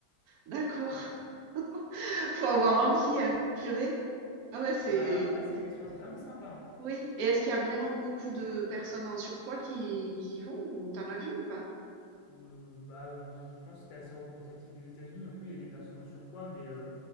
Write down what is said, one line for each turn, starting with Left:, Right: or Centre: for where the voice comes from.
Right: d'accord. <laughs> Faut avoir envie, hein, purée. Ah ouais, c'est
Left: Bah, en vrai, c'est une expérience vraiment sympa. hein.
Right: oui. Et est-ce qu'il y a vraiment beaucoup de personnes en surpoids qui, qui y vont ou t'en as vu ou pas?
Left: Euh, bah, euh, je pense que c'était assez représentatif des États-Unis. Donc oui, il y a des personnes en surpoids, mais euh,